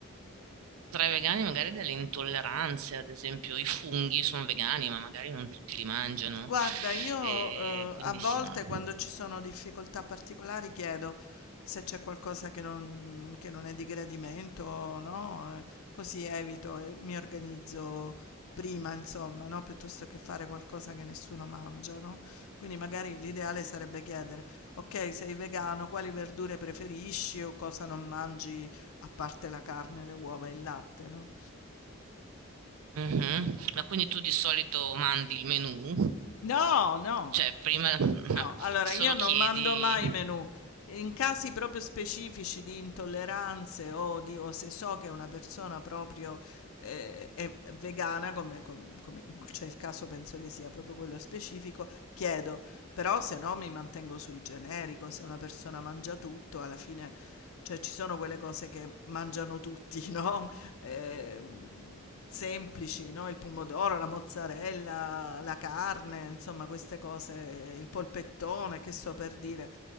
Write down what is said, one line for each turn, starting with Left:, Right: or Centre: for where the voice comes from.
Right: tra i vegani magari delle intolleranze, ad esempio i funghi sono vegani, ma magari non tutti li mangiano.
Left: Guarda, io
Right: E
Left: eh,
Right: quindi
Left: a volte
Right: sì, no.
Left: quando ci sono difficoltà particolari chiedo se c'è qualcosa che non, che non è di gradimento, no? Eh, così evito e mi organizzo prima, insomma, no? Piuttosto che fare qualcosa che nessuno mangia, no? Quindi magari l'ideale sarebbe chiedere, ok, sei vegano, quali verdure preferisci o cosa non mangi a parte la carne, le uova e il latte, no?
Right: Mhm. Ma quindi tu di solito mandi il menù?
Left: No, no.
Right: Cioè, prima no,
Left: No, allora
Right: solo
Left: io non
Right: chiedi.
Left: mando mai i menù. In casi proprio specifici di intolleranze o, di, o se so che una persona proprio eh, è vegana, come, com- come- c'è il caso, penso che sia proprio quello specifico, chiedo però se no mi mantengo sul generico, se una persona mangia tutto, alla fine, cioè ci sono quelle cose che mangiano tutti, <laughs> no? Ehm, semplici, no? Il pomodoro, la mozzarella, la carne, insomma queste cose, il polpettone, che so per dire.